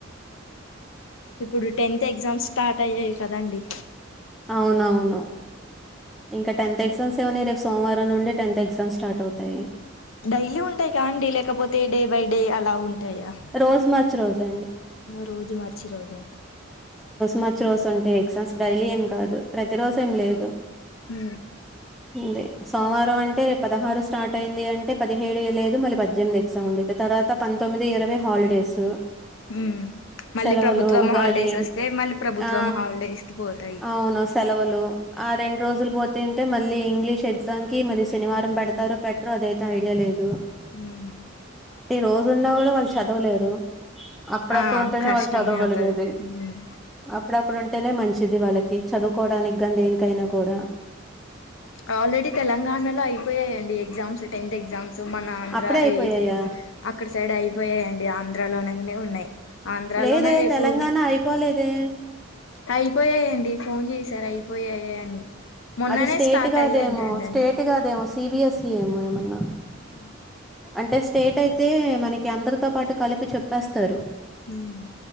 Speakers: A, on the left (about 80°); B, in the centre.
A: ఇప్పుడు టెన్త్ ఎగ్జామ్స్ స్టార్ట్ అయ్యాయి కదండి
B: అవునవును ఇంకా టెన్త్ ఎగ్జామ్స్ ఏ ఉన్నాయి రేపు సోమవారం నుండి టెన్త్ ఎగ్జామ్స్ స్టార్ట్ అవుతాయి
A: డైలీ ఉంటాయి క అండి లేకపోతే డే బై డే అలా ఉంటాయా
B: రోజు మార్చి రోజు
A: రోజు మార్చి రోజు
B: మార్చి రోజు ఉంటాయి ఎక్సామ్స్ డైలీ ఏం కాదు ప్రతి రోజు ఏం లేదు
A: ఆ
B: ఉంది సోమవారం అంటేే పదహారు స్టార్ట్ అయింది అంటే పదిహేడు లేదు మళ్ళీ పద్దెనిమిది ఎగ్జామ్ ఉండింది తర్వాత తొమ్మిది ఇరవై హాలిడేస్
A: ఉమ్ మళ్ళీ
B: సెలవులు
A: ప్రభుత్వం
B: ఉగాది
A: హాలిడేస్ వస్తే మళ్ళీ ప్రభుత్వం
B: ఆ
A: హాలిడేస్కి పోతాయి
B: అవును సెలవులు ఆ రెండు రోజులు పోతేంటే మళ్ళీ ఇంగ్లీష్ ఎగ్జామ్కిి మళ్లీ శనివారం పెడతారో పెట్టరో అదైతే ఐడియా లేదు
A: ఉమ్
B: రోజున్నా కూడా వాళ్ళు చదవలేరు అప్పుడప్పుడు
A: ఆ
B: ఉంటేనే
A: కష్టమే
B: వాళ్ళు చదవగలిగేది
A: అవుతది ఉమ్
B: అప్పుడప్పుడు ఉంటేనే మంచ్ చిది వాళ్ళకి చదువుకోవడానికి గానీ దేనికైనా కూడా
A: ఆల్రెడీ తెలంగాణలో అయిపోయాయండి ఎగ్జామ్స్ టెన్త్ ఎగ్జామ్ సో మన ఆంధ్ర
B: అప్పుడే అయిపోయాయా
A: ఇ అక్కడ సైడ్ అయిపోయాయండి ఆంధ్ర లోనంగనే ఉన్నాయి ఆంధ్రాలోనే
B: లేదే
A: రేపు
B: తెలంగాణ అయిపోలేదే
A: అయిపోయాయండి ఫోన్ చేసారు అయిపోయాయి అని మొన్ననే
B: అది స్టేట్
A: స్టార్ట్
B: గాదేమో
A: అయ్యాయంటంటను
B: స్టేట్ గాదేమో సిబిఎస్ఈ ఏమో ఏమన్నా
A: ఉ
B: అంటే స్టేట్ అయితే మనకి అందరితో పాటు కలిపి చెప్పేస్తారు
A: ఉమ్